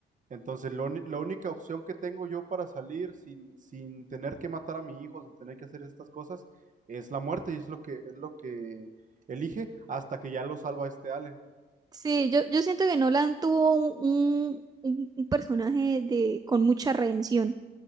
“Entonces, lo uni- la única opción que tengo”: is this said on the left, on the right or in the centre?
Right